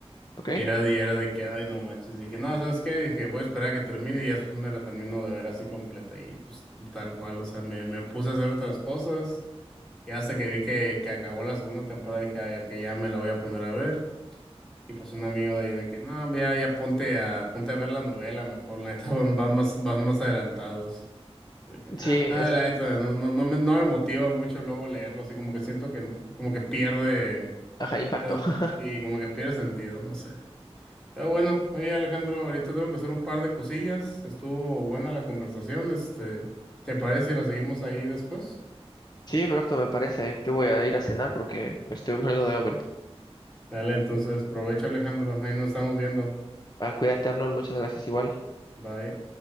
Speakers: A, on the left; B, in the centre.
A: ¿ok?
B: Y era de, era de que, ay, no manches. Dije, no, ¿sabes qué? Dije, voy a esperar a que termine y ya después me la termino de ver así completa. Y pues tal cual, o sea, me, me puse a hacer otras cosas. Ya hasta que vi que, que acabó la segunda temporada dije, ay, ok, ya me la voy a poner a ver. Y pues un amigo de ahí de que, no, ya, ya ponte a, ponte a ver la novela mejor, la neta <laughs> van, van más, van más adelantados. Y dije, nada,
A: Sí,
B: nada,
A: es,
B: la neta, no, no, no me, no me motiva mucho luego leerlo, así como que siento que no, como que pierde,
A: ajá, impacto.
B: pierde-
A: <laughs>
B: sí, como que pierde sentido, no sé. Pero bueno, oye Alejandro, ahorita tengo que hacer un par de cosillas, estuvo buena la conversación, este, ¿te parece si la seguimos ahí después?
A: Sí, perfecto, me parece. ¿eh? Yo voy a ir a cenar porque me estoy <laughs> muriendo de hambre.
B: Dale, entonces, aprovecha Alejandro. Ahí nos estamos viendo.
A: Ah, cuídate, Arnold, muchas gracias igual.
B: Bye.